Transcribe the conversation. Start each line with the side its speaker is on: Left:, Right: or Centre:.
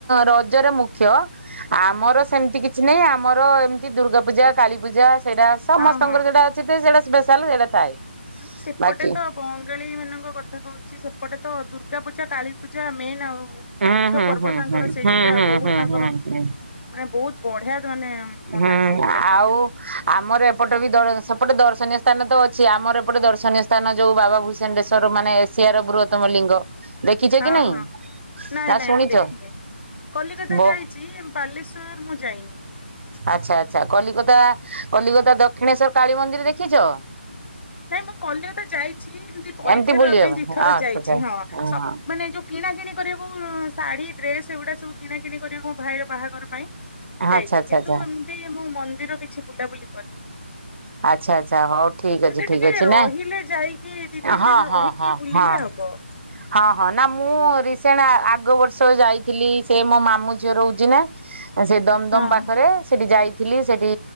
Right: ରଜରେ ମୁଖ୍ୟ। ଆମର ସେମତି କିଛି ନାହିଁ ଆମର ଏମିତି ଦୁର୍ଗାପୂଜା କାଳୀପୂଜା ସେଇଟା ସମସ୍ତଙ୍କର
Left: ହଁ ହଁ
Right: ସେଟା ଅଛି ତେ ସେଟା ସ୍ପେଶାଲ ସେଇଟା ଥାଏ।
Left: ମ ସେପଟେ
Right: ବାକି
Left: ତ ବଙ୍ଗାଳୀ ମାନଙ୍କ କଥା କହୁଚି ସେପଟେ ତ ଦୁର୍ଗା ପୂଜା କାଳୀ ପୂଜା ମେନ୍ ଆଉ।
Right: ହୁଁ
Left: ମୁଖ୍ୟ
Right: ହୁଁ
Left: ପର୍ବ
Right: ହୁଁ
Left: ତାଙ୍କର
Right: ହୁଁ
Left: ସେଇ
Right: ହୁଁ
Left: ଦିଟା
Right: ହୁଁ
Left: ବହୁତ
Right: ହୁଁ
Left: ତାଙ୍କର
Right: ହୁଁ
Left: ମାନେ
Right: ହୁଁ
Left: ବହୁତ ବଢିଆ ମାନେ। ମନାନ୍ତି
Right: ହୁଁ
Left: ଏ ଦିଟା ପର୍ବ
Right: ଆଉ। ଆମର ଏପଟ ବି ଦ ସେପଟେ ଦର୍ଶନୀୟ ସ୍ଥାନ ତ ଅଛି ଆମର ଏପଟ ଦର୍ଶନୀୟ ସ୍ଥାନ ଯୋଉ ବାବା ଭୁଷ ଜେଣ୍ଡେଶ୍ଵର ମାନେ ଏସିଆର ବୃହତ୍ତମ ଲିଙ୍ଗ। ଦେଖିଛ
Left: ହଁ-ହଁ
Right: କି ନାଇଁ
Left: ନାଇଁ-ନାଇଁ
Right: ନା ଶୁଣିଛ?
Left: ମୁଁ ଦେଖିନି କଲିକତା
Right: ବୋ
Left: ଯାଇଚି। ବାଲେଶ୍ଵର ମୁଁ ଯାଇନି।
Right: ଆଚ୍ଛା ଆଚ୍ଛା କଲିକତା କଲିକତା ଦକ୍ଷିଣେଶ୍ଵର କାଳୀ ମନ୍ଦିର ଦେଖିଚ?
Left: ନାଇଁ ମୁଁ କଲିକତା ଯାଇଚି ଏମତି ପରୀକ୍ଷା
Right: ଏମିତି ବୁଲିବା
Left: ଦବା ପାଇଁ ଦି ଥର
Right: ଆଚ୍ଛା
Left: ଯାଇଚି
Right: ଆଚ୍ଛା
Left: ହଁ, ସ
Right: ହଁ।
Left: ମାନେ ଯୋଉ କିଣାକିଣି କରିବୁ ଶାଢୀ ଡ୍ରେସ ଏଗୁଡା ସବୁ କିଣାକିଣି କରିବୁ ମୋ ଭାଇର ବାହାଘର ପାଇଁ। ଯାଇଚି
Right: ଆଚ୍ଛା ଆଚ୍ଛା
Left: କିନ୍ତୁ
Right: ଆଚ୍ଛା
Left: ଏମିତି ମୁଁ ମନ୍ଦିର କିଛି ବୁଲାବୁଲି କରିନି।
Right: ଆଚ୍ଛା-ଆଚ୍ଛା ହଉ ଠିକ
Left: ସେଟା
Right: ଅଛି-ଠିକ
Left: ଟିକେ
Right: ଅଛି
Left: ରହିଲେ
Right: ନାଇଁ
Left: ଯାଇକି ଦି ତିନି
Right: ହଁ-ହଁ-ହଁ-ହଁ।
Left: ଦିନ ରହିକି ବୁଲିଲେ ହବ।
Right: ହଁ-ହଁ ନା ମୁଁ ରିସେଣ୍ଟ ଆଗ ବର୍ଷ ଯାଇଥିଲି ସେ ମୋ ମାମୁଁ ଝିଅ ରହୁଚି ନା। ସେ ଦମ
Left: ହଁ
Right: ଦମ ପାଖରେ
Left: ହଁ।
Right: ସେଠି ଯାଇଥିଲି ସେଠି